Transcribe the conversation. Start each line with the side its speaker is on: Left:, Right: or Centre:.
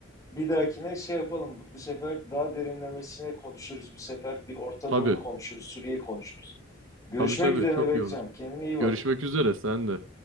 Left: Bir dahakine şey yapalım. Bu sefer daha derinlemesine konuşuruz. Bu sefer bir Orta
Right: Tabii,
Left: Doğu'yu konuşuruz, Suriye'yi konuşuruz. Görüşmek
Right: tabii tabii
Left: üzere
Right: çok
Left: Bekcan.
Right: iyi olur.
Left: Kendine iyi
Right: Görüşmek
Left: bak.
Right: üzere sen de.